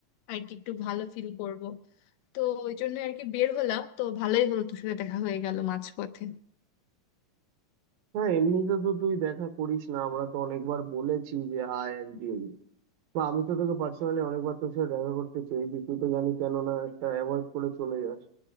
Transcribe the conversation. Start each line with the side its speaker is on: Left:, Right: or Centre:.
Left: আর কি একটু ভালো ফিল করব তো ওই জন্য আর কি বের হলাম তো ভালোই হলো তোর সাথে দেখা হয়ে গেল মাঝপথে
Right: হ্যাঁ এমনিতে তো তুই দেখা করিস না আমরা তো অনেকবার বলেছি যে আয় একদিন বা আমি তো তোকে পার্সোনালি অনেকবার তোর সাথে দেখা করতে চেয়েছি তুই তো জানি কেননা একটা অ্যাভয়েড করে চলে যাস